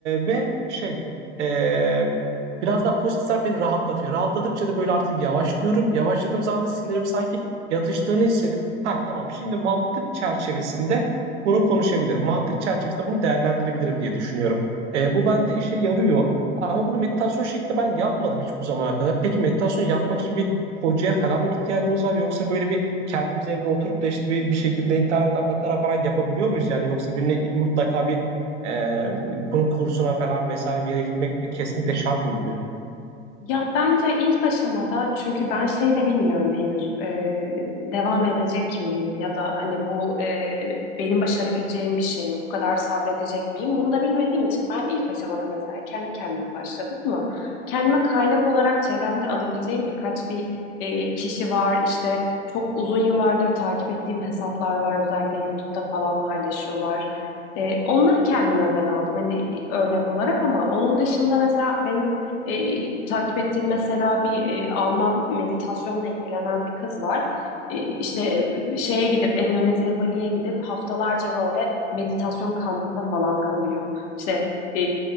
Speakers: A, on the right; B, on the left.
A: ve şey e, Biraz daha pozitif taraf beni rahatlatıyor. Rahatladıkça da böyle artık yavaşlıyorum. Yavaşladığım zaman da sinirim sanki yatıştığını hissedip ha tamam şimdi mantık çerçevesinde bunu konuşabilirim. Mantık çerçevesinde bunu değerlendirebilirim diye düşünüyorum. E, bu bende işe yarıyor. Ama bunu meditasyon şeklinde ben yapmadım hiç bu zamana kadar. Peki meditasyon yapmak için bir hocaya falan mı ihtiyacımız var? Yoksa böyle bir kendimiz evde oturup da işte bir, bir şekilde internetten bakarak falan yapabiliyor muyuz? Yani yoksa birine mutlaka bir e, bunun kursuna falan vesaire bir yere gitmek kesinlikle şart mı oluyor?
B: Ya bence ilk aşamada çünkü ben şey de bilmiyorum henüz e, devam edecek miyim ya da hani bu e, benim başarabileceğim bir şey mi bu kadar sabredecek miyim bunu da bilmediğim için ben ilk aşamada mesela kendi kendime başladım mı kendime kaynak olarak çevremde alabileceğim birkaç bir e, kişi var işte çok uzun yıllardır takip ettiğim hesaplar var özellikle YouTube'da falan paylaşıyorlar. E, onları kendime ben aldım hani örnek olarak ama onun dışında mesela benim e, takip ettiğim mesela bir e, Alman meditasyonla ilgilenen bir kız var. E, işte e, şeye gidip Endonezya'ya, Bali'ye gidip haftalarca böyle meditasyon kampında falan kalıyor. İşte e,